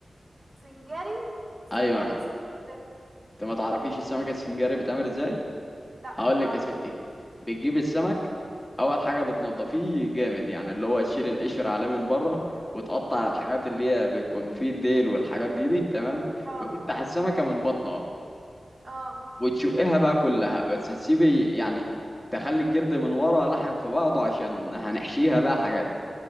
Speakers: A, on the right (about 55°); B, on the left (about 20°).
A: سنجاري سنجاري
B: ايوه
A: ايه سنجاري ده
B: انت ما تعرفيش السمك السنجاري بيتعمل ازاي
A: لا
B: هقول
A: معرفش
B: لك يا ستي بتجيب السمك اول
A: امم
B: حاجه بتنضفيه جامد يعني اللي هو تشيل القشر عليه من بره وتقطع
A: اه
B: الحاجات اللي هي بتكون فيه الديل والحاجات دي دي تمام
A: اه
B: وتفتح السمكه من بطنها
A: اه
B: وتشقها بقى كلها بس تسيبي يعني تخلي الجلد من ورا لحم في بعضه عشان هنحشيها
A: و...
B: بقى حاجات